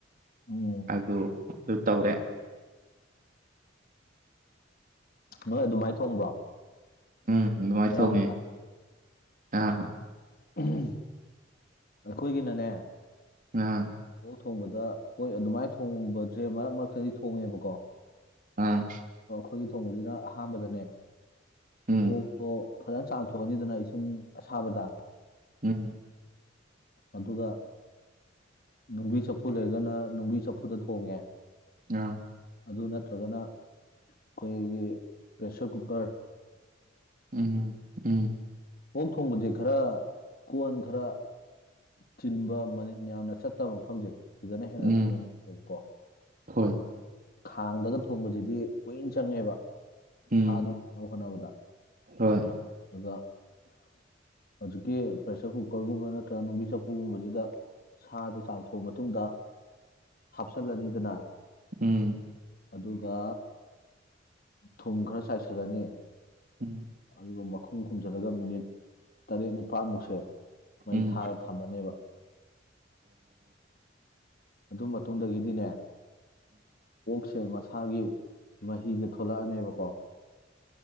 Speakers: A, on the left; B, on the right.
A: ꯎꯝ
B: ꯑꯗꯨ ꯑꯗꯨ ꯇꯧꯔꯦ
A: ꯅꯣꯏ ꯑꯗꯨꯃꯥꯏ ꯊꯣꯡꯕ꯭ꯔꯣ
B: ꯎꯝ ꯑꯗꯨꯃꯥꯏꯅ
A: ꯑꯌꯥꯝꯕꯅ
B: ꯊꯣꯡꯉꯦ ꯑꯥ
A: ꯎꯝ ꯑꯩꯈꯣꯏꯒꯤꯅꯅꯦ
B: ꯉꯔꯥꯡ
A: ꯑꯣꯛ ꯊꯣꯡꯕꯗ ꯍꯣꯏ ꯑꯗꯨꯃꯥꯏꯅ ꯊꯣꯡꯕꯖꯦ ꯃꯔꯛ ꯃꯔꯛꯇꯗꯤ ꯊꯣꯡꯉꯦꯕꯀꯣ
B: ꯑꯥ
A: ꯑꯈꯣꯏꯅ ꯊꯣꯡꯕꯁꯤꯗ ꯑꯍꯥꯟꯕꯗꯅꯦ
B: ꯎꯝ
A: ꯑꯣꯛꯇꯣ ꯐꯖꯅ ꯆꯥꯝꯊꯣꯛꯑꯅꯤꯗꯅ ꯏꯁꯤꯡ ꯑꯁꯥꯕꯗ
B: ꯎꯝ
A: ꯑꯗꯨꯒ ꯅꯨꯡꯕꯤ ꯆꯐꯨ ꯂꯩꯔꯒꯅ ꯅꯨꯡꯕꯤ ꯆꯐꯨꯗ ꯊꯣꯡꯉꯦ
B: ꯑꯥ
A: ꯑꯗꯨ ꯅꯠꯇ꯭ꯔꯒꯅ ꯑꯈꯣꯏꯒꯤ ꯄ꯭ꯔꯦꯁꯔ ꯀꯨꯀꯔ
B: ꯎꯝ ꯎꯝ
A: ꯑꯣꯛ ꯊꯣꯡꯕꯁꯦ ꯈꯔ ꯀꯣꯟ ꯈꯔ ꯆꯤꯟꯕ ꯃꯅꯤꯟ ꯌꯥꯝꯅ ꯆꯠ ꯆꯠꯇꯕ ꯃꯐꯝꯁꯦ ꯁꯤꯗꯅ ꯍꯦꯟꯅ
B: ꯎꯝ
A: ꯊꯨꯅ ꯃꯨꯜꯂꯦꯕꯀꯣ
B: ꯍꯣꯏ
A: ꯈꯥꯡꯗꯒ ꯊꯣꯡꯕꯁꯤꯗꯤ ꯀꯨꯏꯅ ꯆꯪꯉꯦꯕ
B: ꯎꯝ
A: ꯁꯥꯗꯣ ꯐꯨꯠꯅꯕ ꯍꯣꯠꯅꯕꯗ
B: ꯍꯣꯏ
A: ꯑꯗꯨꯒ ꯍꯧꯖꯤꯛꯀꯤ ꯄ꯭ꯔꯦꯁꯔ ꯀꯨꯀꯔꯒꯨꯝꯕ ꯅꯠꯇ꯭ꯔꯒ ꯅꯨꯡꯕꯤ ꯆꯥꯐꯨꯒꯨꯝꯕꯁꯤꯗ ꯁꯥꯁꯦ ꯆꯥꯝꯊꯣꯛꯑ ꯃꯇꯨꯡꯗ ꯍꯥꯞꯆꯜꯂꯅꯤꯗꯅ
B: ꯎꯝ
A: ꯑꯗꯨꯒ ꯊꯨꯝ ꯈꯔ ꯆꯥꯏꯁꯤꯜꯂꯅꯤ
B: ꯎꯝ
A: ꯑꯗꯨꯒ ꯃꯈꯨꯝ ꯈꯨꯝꯖꯤꯜꯂꯒ ꯃꯤꯅꯤꯠ ꯇꯔꯦꯠ ꯅꯤꯄꯥꯜꯃꯨꯛꯁꯦ ꯃꯩ
B: ꯎꯝ
A: ꯊꯥꯔ ꯊꯝꯃꯅꯦꯕ ꯑꯗꯨ ꯃꯇꯨꯡꯗꯒꯤꯗꯤꯅꯦ ꯑꯣꯛꯁꯦ ꯃꯁꯥꯒꯤ ꯃꯍꯤꯖꯦ ꯊꯣꯛꯂꯛꯑꯅꯦꯕꯀꯣ